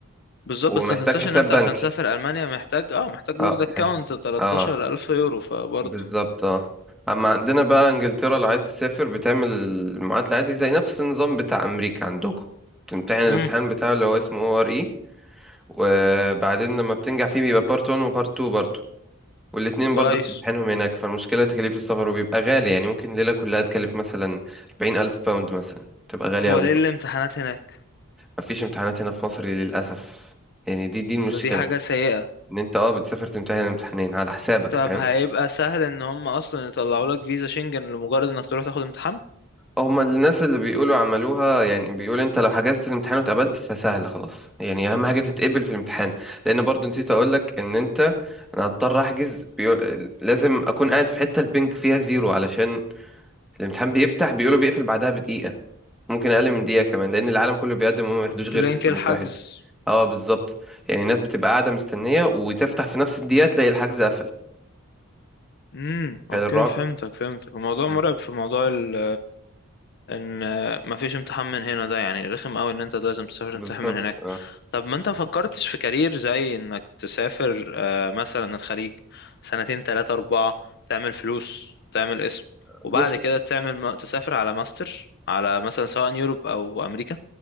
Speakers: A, on the left; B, in the centre.
A: بالظبط
B: ومحتاج
A: بس ما تنساش
B: حساب
A: ان انت
B: بنكي
A: عشان تسافر ألمانيا محتاج اه محتاج
B: اه
A: لوك ده كاونت
B: ح...
A: 13000
B: اه
A: يورو فبرضه
B: بالظبط اه اما عندنا بقى انجلترا لو عايز تسافر بتعمل المعادلة عادي زي نفس النظام بتاع امريكا عندكم بتمتحن الامتحان
A: امم
B: بتاعه اللي هو اسمه او ار اي وبعدين لما بتنجح فيه بيبقى بارت 1 وبارت 2 برضو والاتنين
A: كويس
B: برضو بتمتحنهم هناك فالمشكلة تكاليف السفر وبيبقى غالي يعني ممكن ليلة كلها تكلف مثلا 40000 باوند مثلا تبقى غالية
A: هو
B: أوي
A: ليه الامتحانات هناك
B: مفيش امتحانات هنا في مصر للأسف يعني دي دي المشكلة
A: ده دي حاجة سيئة
B: ان انت اه بتسافر تمتحن الامتحانين على حسابك
A: طب
B: فاهم
A: هيبقى سهل ان هم اصلا يطلعوا لك فيزا شنجن لمجرد انك تروح تاخد امتحان
B: هما الناس اللي بيقولوا عملوها يعني بيقول انت لو حجزت الامتحان واتقبلت فسهل خلاص يعني اهم حاجة تتقبل في الامتحان لان برضو نسيت اقولك ان انت انا هضطر احجز بيقول... لازم اكون قاعد في حتة البنك فيها زيرو علشان الامتحان بيفتح بيقولوا بيقفل بعدها بدقيقة ممكن اقل من دقيقه كمان لان العالم كله بيقدم وما ياخدوش غير
A: لينك
B: 600
A: الحجز
B: واحد اه بالظبط يعني الناس بتبقى قاعده مستنيه وتفتح في نفس الدقيقه تلاقي الحجز قفل
A: امم
B: تخيل
A: اوكي
B: الرعب
A: فهمتك فهمتك الموضوع
B: مم.
A: مرعب في موضوع ال ان مفيش امتحان من هنا ده يعني رخم قوي ان انت لازم تسافر تمتحن
B: بالظبط
A: من هناك
B: اه
A: طب ما انت مفكرتش في كارير زي انك تسافر آه، مثلا الخليج سنتين تلاتة اربعة تعمل فلوس تعمل اسم وبعد
B: بص
A: كده تعمل م- تسافر على ماستر على مثلا سواء يوروب او امريكا